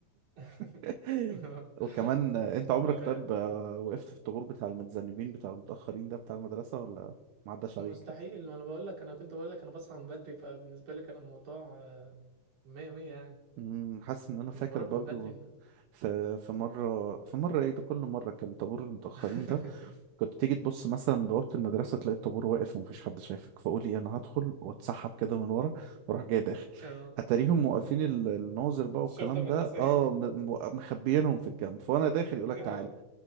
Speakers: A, on the right; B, on the right.
A: <laughs>
B: <laughs> وكمان آه، انت عمرك
A: ال-
B: طيب آه، وقفت في الطابور بتاع المتذنبين بتاع المتاخرين ده بتاع المدرسه ولا ما عداش عليك
A: مستحيل ما انا بقول لك انا كنت بقول لك انا بصحى من بدري فبالنسبه لي كان الموضوع آه، مية مية يعني
B: امم حاسس ان انا
A: كنت
B: فاكر
A: بروح
B: برضو
A: من بدري إن...
B: في في مره في مره ايه ده كل مره كان طابور المتاخرين
A: <laughs>
B: ده كنت تيجي تبص مثلا من بوابة المدرسة تلاقي الطابور واقف ومفيش حد شايفك فقول ايه انا هدخل واتسحب كده من ورا واروح جاي داخل
A: اه
B: اتاريهم موقفين ال- الناظر بقى
A: شرطة
B: والكلام
A: مدرسية
B: ده اه م- م- مخبيينهم في الجنب فانا داخل
A: <laughs>
B: يقولك
A: اه
B: تعال